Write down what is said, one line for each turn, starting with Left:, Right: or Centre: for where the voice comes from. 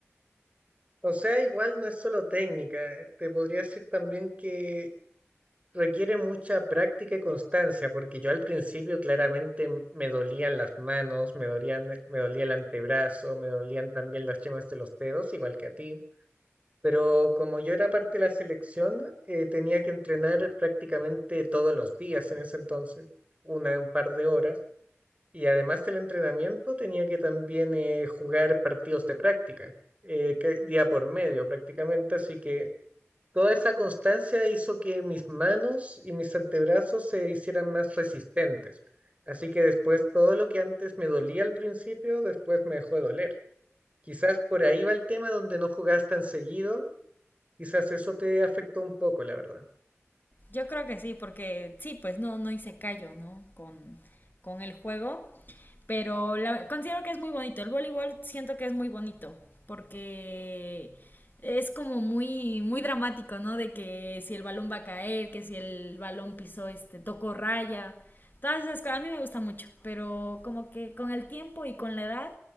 Right: O sea, igual no es solo técnica, te podría decir también que Requiere mucha práctica y constancia, porque yo al principio claramente m- me dolían las manos, me dolían, me dolía el antebrazo, me dolían también las yemas de los dedos, igual que a ti. Pero como yo era parte de la selección, eh, tenía que entrenar prácticamente todos los días en ese entonces, una, un par de horas. Y además del entrenamiento, tenía que también eh, jugar partidos de práctica, eh, que- día por medio prácticamente, así que Toda esa constancia hizo que mis manos y mis antebrazos se hicieran más resistentes. Así que después todo lo que antes me dolía al principio, después me dejó de doler. Quizás por ahí va el tema donde no jugabas tan seguido, quizás eso te afectó un poco, la verdad.
Left: Yo creo que sí, porque sí, pues no, no hice callo, ¿no? Con, con el juego. Pero la- considero que es muy bonito. El voleibol siento que es muy bonito. Porque es como muy, muy dramático, ¿no? De que si el balón va a caer, que si el balón pisó, este, tocó raya. Todas esas cosas. A mí me gusta mucho. Pero como que con el tiempo y con la edad